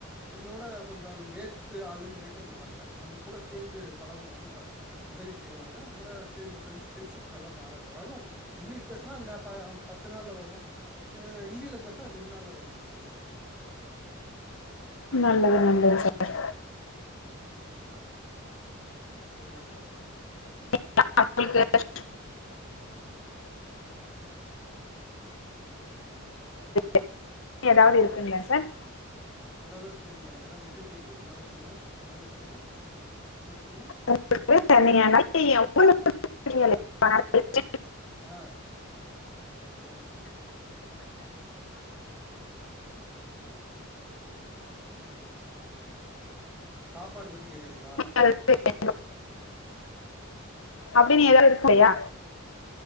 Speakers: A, in the centre; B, on the left.
A: நம்மளோட கொஞ்சோ நம்ம வேத்து ஆளுன் நெனைக்க மாட்டாங்க நம்ம கூட சேந்து பழகுவாங்க ப உதவி செய்வாங்க நம்மோட சேந்து ஃப்ரெண்ட்ஷிப் நல்லா பாராட்டு வரு இங்லீஷ் பேஸ்னா ல அ பத்து நாள்ல வரு இ ஹந்தில பேஸ்னா ரெண்டு நாள்ள வரு மேடம் அவ்ளோதா
B: நல்லது நல்லது சார்
A: ம் சொல்லுங்க
B: <inaudible> <inaudible> எதாவ்து இருக்குங்ளா சார்
A: இன்னோர் தடவ சொல்லுங்க மேடம் ஏன்னா விட்டு விட்டு கேக்கது இன்னோரு தடவ சொல்லுங்க இன்னோருதர சொல்லுங்க என்ன கேட்டீங்க
B: <inaudible> <inaudible>
A: ஆ ஆ சாப்பாடு பத்தி கேக்கிறீங்களா
B: <inaudible> அப்டின் ஏதாவ்து இருக்குல்லயா